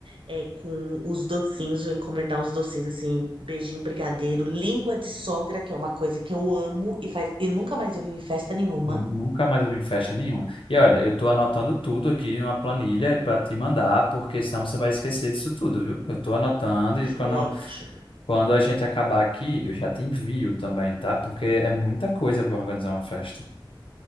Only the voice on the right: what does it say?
é, com os docinhos, vou encomendar uns docinhos assim, beijinho brigadeiro, língua de sogra, que é uma coisa que eu amo e faz e nunca mais eu vim em festa nenhuma.
Ótimo,
ótimo.